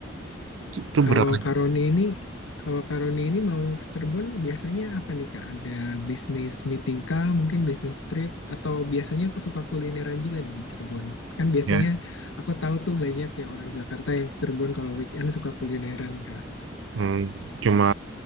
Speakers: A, on the right (about 70°); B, on the left (about 85°).
A: Itu itu
B: Kalau
A: berapa?
B: Karoni ini, kalau Karoni ini mau ke Cirebon biasanya apa nih Kak? Ada bisnis meeting kah, mungkin bisnis trip, atau biasanya aku suka kulineran juga nih di Cirebon. Kan biasanya
A: Ya.
B: aku tahu tuh banyak yang orang Jakarta yang ke Cirebon kalau weekend suka kulineran Kak.
A: Hmm, cuma